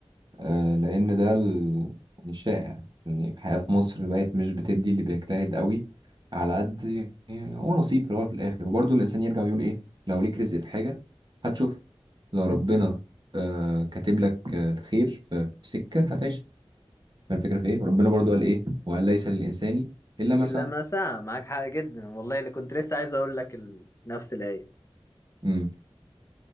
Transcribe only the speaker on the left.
إلا
ما ساعة معاك حق جدا والله اللي كنت لسه عايز أقول لك ال... نفس الآية